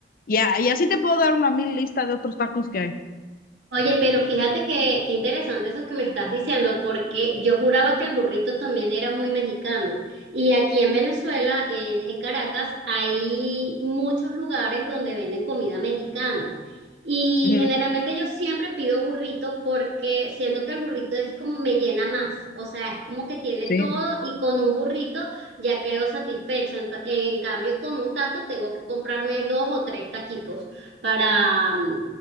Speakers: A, on the left; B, on the right.
A: Y, a- y así te puedo dar una mil lista de otros tacos que hay.
B: Oye, pero fíjate que, qué interesante eso que me estás diciendo, porque yo juraba que el burrito también era muy mexicano. Y aquí en Venezuela, en, en Caracas, hay muchos lugares donde venden comida mexicana. Y
A: Ujú,
B: generalmente yo siempre pido burrito porque siento que el burrito es como me llena más. O sea, es como que tiene
A: Sí,
B: todo y con un burrito ya quedo satisfecha. Ento- En cambio, con un taco tengo que comprarme dos o tres taquitos para, mm,